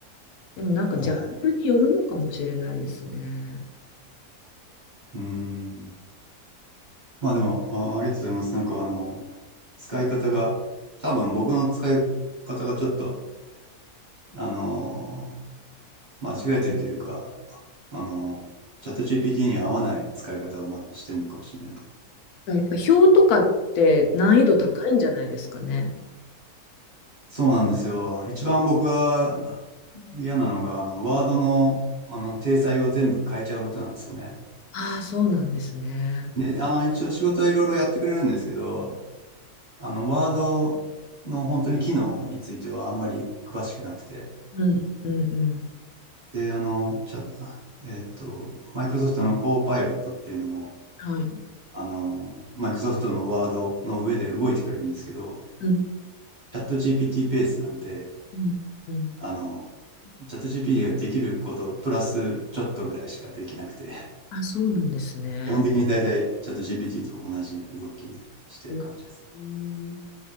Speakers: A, on the left; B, on the right.
A: でもなんかジャンルによるのかもしれないですね。
B: あーうーん。まあでも、あ、ありがとうございます。なんかあの、使い方が、多分僕の使い方がちょっと、あのー、間違えてるというか、あのー、チャット GPT に合わない使い方をましてるのかもしれないね。
A: やっぱ表とかって難易度高いんじゃないですかね。
B: そうなんですよ。一番僕が嫌なのが、あの、ワードの、あの、体裁を全部変えちゃうことなんですよね。
A: ああ、そうなんですね。
B: で、あの、一応仕事はいろいろやってくれるんですけど、あの、ワードの本当に機能についてはあんまり詳しくなくて。
A: うんうんうん。
B: で、あの、チャ、あえっと、マイクロソフトのコーパイロットっていうのも、
A: はい。
B: あの、マイクロソフトのワードの上で動いてくれるんですけど、
A: うん
B: チャット GPT ペーティーベースなんで、
A: うんうん。
B: あの、チャット GPT ができること、プラスちょっとぐらいしかできなくて、<laughs>
A: あ、そうなんですね。
B: 基本的に大体チャット GPT と同じ動きしてる感じです。
A: え、うん、